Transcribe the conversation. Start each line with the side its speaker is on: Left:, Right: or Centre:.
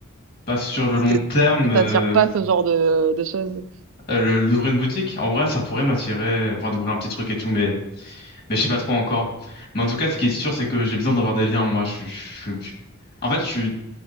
Left: bah, sur le
Right: c'est-
Left: long terme,
Right: ça
Left: euh,
Right: t'attire pas ce genre de, de choses?
Left: euh, le- d'ouvrir une boutique, en vrai, ça pourrait m'attirer. Enfin, d'ouvrir un petit truc et tout, mais mais je sais pas trop encore. Mais en tout cas, ce qui est sûr, c'est que j'ai besoin d'avoir des liens. Moi, je, suis- je suis- en fait, je,